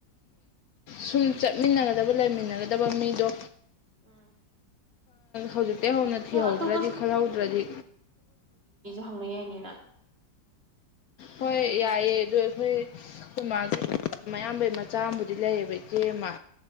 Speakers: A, on the left; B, on the right.
A: ꯁꯨꯝ ꯆꯠꯃꯤꯟꯅꯒꯗꯕ ꯂꯩꯃꯤꯟꯅꯒꯗꯕ ꯃꯤꯗꯣ
B: ꯎꯝ
A: ꯍꯧꯖꯤꯛꯇꯤ ꯍꯧꯅ
B: ꯑꯗꯣ
A: ꯊꯤꯍꯧꯗ꯭ꯔꯗꯤ
B: ꯑꯇꯣꯞꯄ
A: ꯈꯜꯍꯧꯗ꯭ꯔꯗꯤ
B: ꯐꯪꯅ ꯌꯥꯏꯅꯤꯅ
A: ꯍꯣꯏ ꯌꯥꯏꯑꯦ ꯑꯗꯣ ꯑꯩꯈꯣꯏ ꯈꯣꯏꯃꯥꯒꯤ ꯃꯌꯥꯝꯕꯩ ꯃꯆꯥ ꯑꯃꯕꯨꯗꯤ ꯂꯩꯌꯦꯕ ꯏꯆꯦ ꯑꯃ